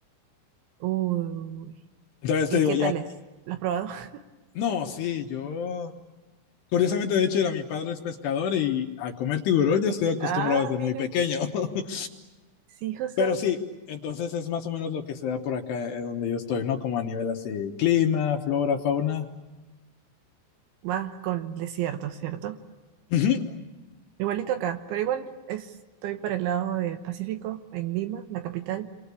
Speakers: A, on the right (about 75°); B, on the left (about 70°).
A: Uy,
B: Entonces
A: ¿y
B: te digo,
A: qué
B: ya...
A: tal es? ¿Lo has probado? <laughs>
B: No, sí, yo Curiosamente, de hecho, era mi padre es pescador y a comer tiburón yo estoy acostumbrado
A: Ah,
B: desde
A: mira,
B: muy pequeño. <laughs>
A: sí, justo
B: Pero sí, entonces es más o menos lo que se da por acá eh, donde yo estoy, ¿no? Como a nivel así, clima, flora, fauna.
A: más con desierto, ¿cierto?
B: Ujú.
A: Igualito acá, pero igual estoy para el lado del Pacífico, en Lima, la capital.